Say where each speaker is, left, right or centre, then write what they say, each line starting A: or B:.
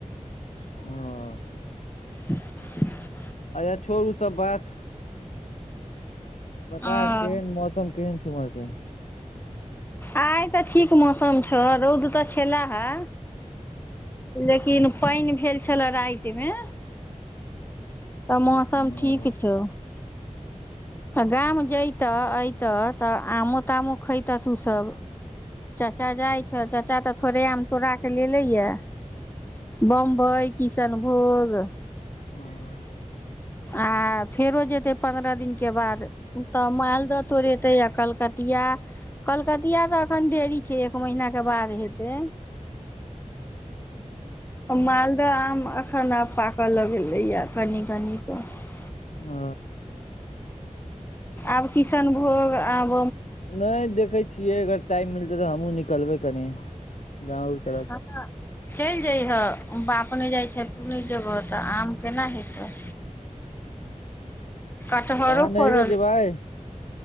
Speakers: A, on the left; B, on the left.
A: ह
B: <unintelligible>
A: अच्छा छोड़ू सब बात बता
B: हँ
A: केहन मौसम केन सुमरके
B: आइ तऽ ठीक मौसम छौ रौद तऽ छा हे लेकिन पानि भेल छलए रातिमे तऽ मौसम
A: हँ
B: ठीक छौ गाम जयतह अयतह तऽ आमो तामो खयतह तूसभ चाचा जाइ छौ चाचा तऽ थोड़े आम तोड़ा कऽ लेलेयए बम्बइ किशनभोग
A: हँ
B: आ फेरो जेतै पन्द्रह दिनके बाद तऽ मालदह तोड़ेतै आ कलकतिया कलकतिया तऽ एखन देरी छै एक महीनाके बाद हेतै मालदह आम अखन पाकऽ लगेलैया कनी कनी <unintelligible>
A: ओ
B: आब किशनभोग आब
A: नहि देखे छियै अगर टाइम मिलतै तऽ हमूँ निकलबै कनी गाँवके तरफ
B: हँ चलि जैहे बाप नहि जाइ छे तू नहि जेबह तऽ आम केना हेतै कटहरो
A: तऽ अहाँ नैहरो
B: फड़ल
A: जेबै